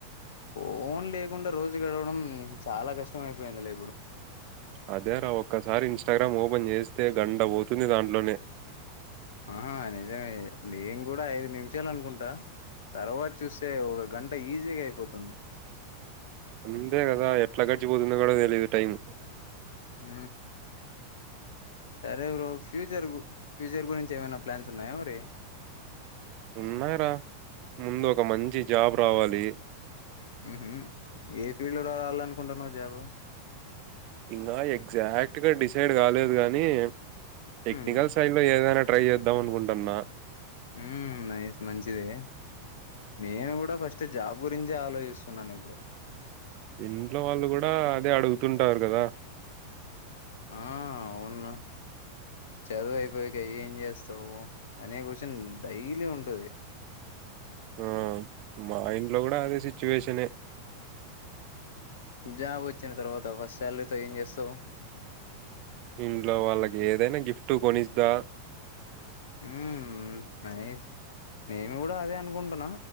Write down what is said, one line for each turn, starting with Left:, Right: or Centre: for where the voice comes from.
Left: ఫోన్ లేకుండా రోజు గడవడం చాలా కష్టం అయిపోయిందిలే ఇప్పుడు
Right: అదేరా ఒక్కసారి ఇన్స్టాగ్రామ్ ఓపెన్ చేస్తే గంట పోతుంది దాంట్లోనే
Left: ఆహా నిజమే నేను కూడా ఐదు నిమిషాలు అనుకుంటా తర్వాత చూస్తే ఒక గంట ఈజీగా అయిపోతుంది
Right: అంతే కదా ఎట్ల గడిచిపోతుంది కూడా తెలిదు టైమ్
Left: ఉ సరే బ్రో ఫ్యూచర్ ఫ్యూచర్ గురించి ఏమైనా ప్లాన్స్ ఉన్నాయా మరి
Right: ఉన్నాయి రా ముందు ఒక మంచి జాబ్ రావాలి
Left: ఉహు ఏ ఫీల్డ్ లో రావాలనుకుంటున్నావు జాబు
Right: ఇంకా ఎగ్జాక్ట్ గా డిసైడ్ కాలేదు గాని టెక్నికల్
Left: ఉమ్
Right: సైడ్ లో ఏదైనా ట్రై చేద్దాం అనుకుంటున్నా
Left: ఉ నైస్ మంచి దే నేను కూడా ఫస్ట్ జాబ్ గురించి ఆలోచిస్తున్నాను ఇప్పుడు
Right: ఇంట్లో వాళ్ళు కూడా అదే అడుగుతుంటారు కదా
Left: ఆ అవును నా చదువు అయిపోయిక ఏం చేస్తావు అనే క్వశ్చన్ డైలీ ఉంటది
Right: ఆ మా ఇంట్లో కూడా అదే సిచ్యువేషనే
Left: ఉ జాబ్ వచ్చిన తర్వాత ఫస్ట్ శాలరీ తో ఏం చేస్తావు
Right: ఇంట్లో వాళ్ళకి ఏదైనా గిఫ్ట్ కొని ఇస్తా
Left: ఉ నైస్ నేను కూడా అదే అనుకుంటున్నా